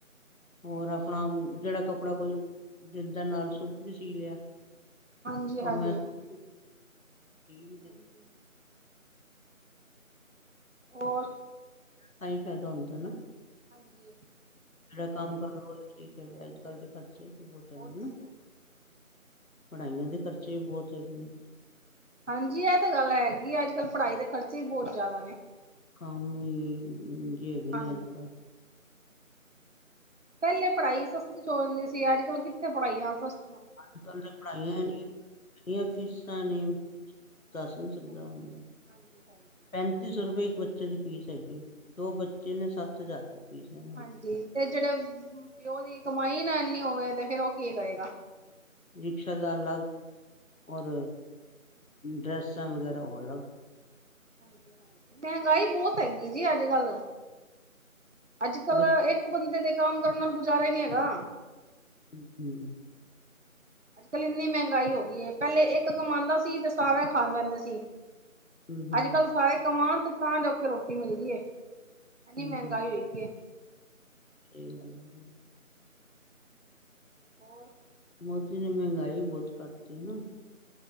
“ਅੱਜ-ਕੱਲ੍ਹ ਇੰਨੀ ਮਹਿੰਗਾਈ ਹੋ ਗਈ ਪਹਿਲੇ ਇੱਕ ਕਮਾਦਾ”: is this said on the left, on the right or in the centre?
Right